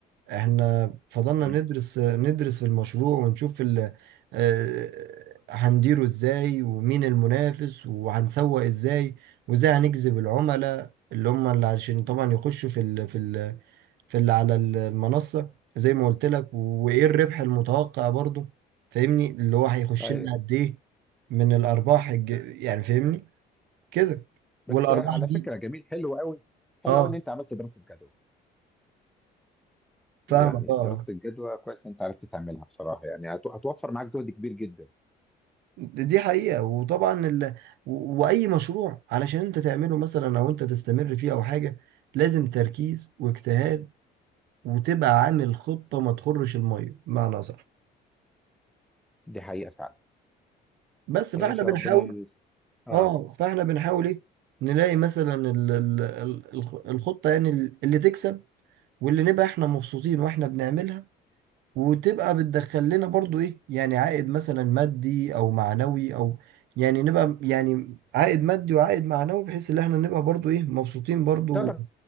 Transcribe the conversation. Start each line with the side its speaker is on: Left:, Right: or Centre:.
Right: احنا فضلنا
Centre: مم.
Right: ندرس ندرس في المشروع ونشوف ال... آه، هنديره ازاي ومين المنافس وهنسوق ازاي وازاي هنجذب العملاء اللي هم اللي عشان طبعا يخشوا في ال... في ال... في اللي على المنصة زي ما قلت لك وايه الربح المتوقع برضو فاهمني اللي هو هيخش
Centre: طيب
Right: لنا قد ايه من الارباح الج... يعني فاهمني كده
Centre: بس
Right: والارباح
Centre: على
Right: دي
Centre: فكره جميل حلو قوي حلو
Right: اه
Centre: قوي ان انت عملت دراسه جدوى
Right: فاهمك
Centre: يعني
Right: اه
Centre: دراسه
Right: آه.
Centre: الجدوى كويس إن انت عرفت تعملها بصراحه يعني هت- هتوفر معاك جهد كبير جدا
Right: دي حقيقة وطبعا ال... و- وأي مشروع علشان أنت تعمله مثلا أو أنت تستمر فيه أو حاجة لازم تركيز واجتهاد وتبقى عامل خطة ما تخرش المية بمعنى صح
Centre: دي حقيقه فعلا
Right: بس فاحنا
Centre: يا باشا
Right: بنحاول
Centre: ربنا يس اه
Right: اه فاحنا بنحاول ايه نلاقي مثلا ال... ال... ال- الخ- الخطة يعني اللي تكسب واللي نبقى احنا مبسوطين واحنا بنعملها وتبقى بتدخل لنا برضو ايه يعني عائد مثلا مادي او معنوي او يعني نبقى يعني عائد مادي وعائد معنوي بحيث ان احنا نبقى برضو ايه مبسوطين برضو
Centre: تقدر